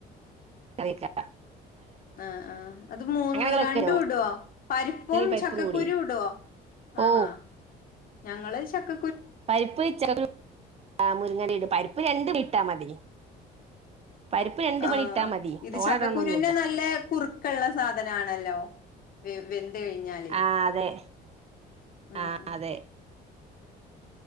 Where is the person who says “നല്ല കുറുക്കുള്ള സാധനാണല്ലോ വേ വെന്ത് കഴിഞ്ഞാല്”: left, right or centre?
Left